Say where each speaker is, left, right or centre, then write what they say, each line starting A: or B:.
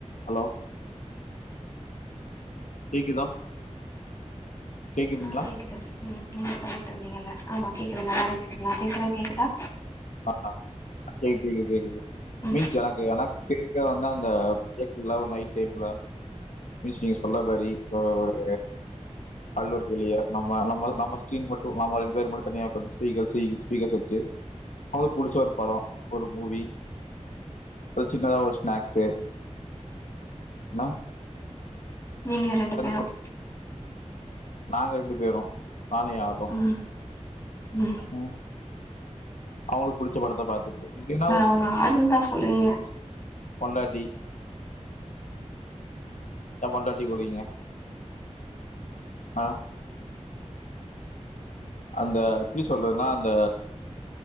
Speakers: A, on the left; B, on the left.
A: ஹலோ கேக்குதா கேக்குதுங்களா
B: அ கேக்குது ம் நீங்க சொல்லிட்டு இருந்தீங்கள ஆமா கேக்குது நல்லாருக்குறீங்களா நா பேசுறது கேக்குதா
A: அ கேக்குது கேக்குது
B: ம்
A: மீன்ஸ் எனக்கு எனக்கு கேக்க வந்தா இந்த <unintelligible> ஒரு நைட் டைம்ல விஷி நீங்க சொன்ன மாரி அ ஒரு அல்லோருக்கு உள்ளயே நம்ம நம்ம நம்ம ஸ்கீம் மட்டு நம்மோ ரெண்டு பேரு மட்டு தனியா இப்ப ஸ்பீர்க்கர் <unintelligible> ஸ்பீக்கர்ஸ் வச்சு அவருக்கு புடிச்ச ஒரு படம் ஒரு மூவி ஒரு சின்னதா ஒரு ஸ்நாக்ஸு என்ன
B: நீங்க ரெண்டு பேரும்
A: சொல் நாங்க ரெண்டு பேரும் நானும் யாரும்
B: ம் ம்
A: ம் அவருக்கு புடிச்ச படத்த பாத்துட்டு இல்லைனா ஒர்
B: உங்க ஆளு இருந்தா சொல்லுவிங்க
A: பொண்டாட்டி எ பொண்டாட்டி கூப்டுவீங்க ஆ அந்த எப்டி சொல்றதுனா அந்த